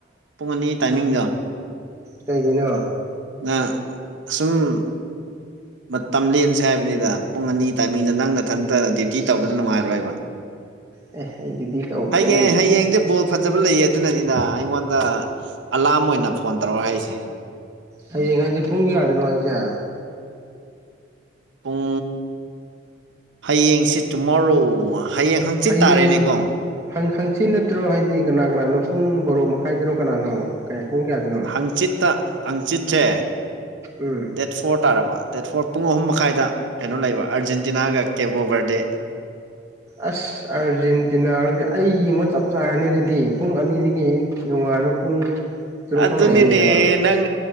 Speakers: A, on the right; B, on the right.
A: ꯄꯨꯡ ꯑꯅꯤ ꯇꯥꯏꯃꯤꯡꯗ
B: ꯀꯒꯤꯅꯣ
A: ꯅꯪ ꯑꯁꯨꯝ ꯂꯦꯟꯁꯦ ꯍꯥꯏꯕꯅꯤꯗ ꯄꯨꯡ ꯑꯅꯤ ꯇꯥꯏꯃꯤꯡꯗ ꯅꯪꯅꯊꯟꯇ ꯗ꯭ꯌꯨꯇꯤ ꯇꯧꯕꯗ ꯅꯨꯡꯉꯥꯏꯔꯣꯏꯕ
B: ꯑꯦ ꯑꯩꯗꯨꯗꯤ ꯇꯧꯕꯗꯤ
A: ꯍꯌꯦꯡ
B: ꯑꯩ
A: ꯍꯌꯦꯡꯗꯤ ꯕꯣꯜ ꯐꯖꯕ ꯂꯩꯌꯦ ꯑꯗꯨꯅꯅꯤꯅ ꯑꯩꯉꯣꯟꯗ ꯑꯂꯥꯝ ꯑꯣꯏꯅ ꯐꯣꯟ ꯇꯧꯔ ꯍꯥꯏꯁꯦ
B: ꯍꯌꯦꯡ ꯍꯥꯏꯁꯦ ꯄꯨꯡ ꯀꯌꯥꯗꯅꯣꯉꯥꯏꯁꯦ
A: ꯄꯨꯡ ꯍꯌꯦꯡꯁꯤ ꯇꯨꯃꯣꯔꯣ ꯍꯌꯦꯡ ꯍꯪꯆꯤꯠ
B: ꯍꯌꯦꯡ
A: ꯇꯥꯔꯦꯅꯦꯀꯣ
B: ꯍꯪ ꯍꯪꯆꯤꯠ ꯅꯠꯇ꯭ꯔꯣ ꯍꯥꯏꯗꯤ ꯀꯅꯥ ꯀꯅꯥꯅꯣ ꯄꯨꯡ ꯕꯣꯔꯣ ꯃꯈꯥꯏꯗꯔꯣ ꯀꯅꯥꯅꯣ ꯀꯩ ꯄꯨꯡ ꯀꯌꯥꯗꯅꯣ
A: ꯍꯪꯆꯤꯠꯇ ꯍꯪꯆꯤꯠꯁꯦ
B: ꯎꯝ
A: ꯗꯦꯠ ꯐꯣꯔ ꯇꯥꯔꯕ ꯗꯦꯠ ꯐꯣꯔ ꯄꯨꯡ ꯑꯍꯨꯝ ꯃꯈꯥꯏꯗ ꯀꯩꯅꯣ ꯂꯩꯕ ꯑꯥꯔꯖꯦꯟꯇꯤꯅꯥꯒ ꯀꯦꯕꯣ ꯕꯔꯗꯦ
B: ꯑꯁ ꯑꯥꯔꯖꯦꯟꯇꯤꯅꯥꯔꯗꯤ ꯑꯩ ꯌꯦꯡꯕ ꯆꯞ ꯆꯥꯔꯅꯤ ꯑꯗꯨꯗꯤ ꯄꯨꯡ ꯑꯅꯤꯗꯒꯤ ꯅꯣꯉꯥꯟꯕ ꯄꯨꯡ ꯇꯔꯨꯛ
A: ꯑꯗꯨꯅꯤꯅꯦ
B: ꯐꯥꯎ ꯂꯩꯗꯣꯏꯅꯦꯕ
A: ꯅꯪ